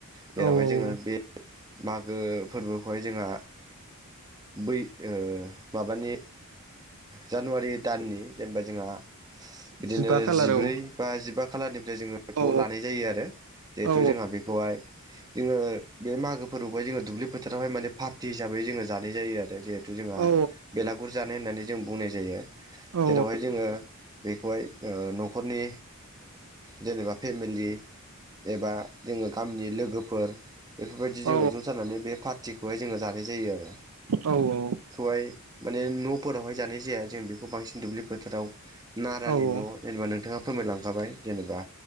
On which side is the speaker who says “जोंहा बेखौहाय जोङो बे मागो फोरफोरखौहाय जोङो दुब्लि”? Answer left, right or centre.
Right